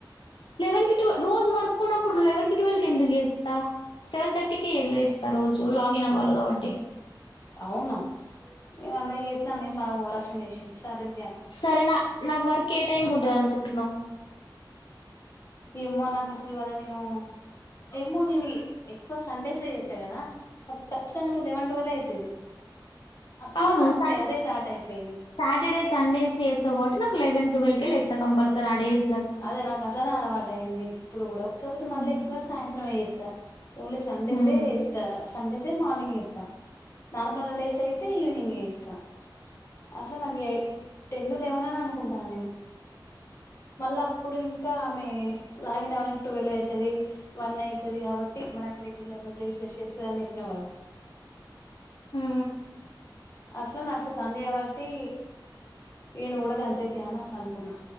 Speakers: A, on the left; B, on the left.
A: లెవన్కి, ట్వల్కి రోజు వర్క్ ఉన్నప్పుడు లెవన్కి, ట్వల్కి ఎందుకు లే స్తా సెవెన్ తథర్టీకి లేస్ త రోజు లాగిన్ అవ్వాలి కాబట్టి
B: అవునా నేను అన్నయ్య చేత్తే అన్నయ్య బాగా ఓవరాక్షన్ చేసిండు సరే తీ అను
A: సరే నా నాకు వర్క్ ఏ టైం ఉంటది అనుకుంటు న్నవ్
B: ఏమో నాకు అసలు ఇవాళ నేను ఏమో నేను ఎక్కువ సండేస్ ఏ చేత్తా కదా అప్పుడు ఖచ్చితంగా నువ్వు లెవెన్ టువ్వేల్ ఏ అయితది. అట్లా
A: అవును
B: నాకు
A: స <inaudible>
B: అదే టాట్ అయిపోయింది
A: సాటర్డే సండేస్ చె స్తావ్ కాబట్టి నాకు లెవన్ ట్వల్ కె లేస్త కంపల్సరీ ఆ డేస్
B: అదే నాకు అట్లనే అలవాటు అయింది, ఇప్పుడు కూడా కాకపోతే మళ్ళీ
A: హ్మ్.
B: ఎక్కువ సాయంత్రం మే చేత్తా. ఓన్లీ సండేసే
A: హ్మ్.
B: చేత్త సండే లే మార్నింగ్ చేత్త నార్మల్ డేస్ అయితే ఈవినింగ్ చేస్తా అట్లా నాకు ఎయి టెన్ లెవెన్ అని అనుకుంటన్న నేను మళ్ళ అప్పుడు ఇంకా ఆమె లాగిన్ అవ్వడానికి టువెల్ అయితది వన్ అయితది కాబట్టి <inaudible> <inaudible> బ్రష్ చేస్తది అని చెప్పినవు కదా
A: హుమ్
B: అట్లా నాకు తను చేబట్టి ఇగ నువ్వు కూడా గంతే తీ అని అట్లా అనుకున్నా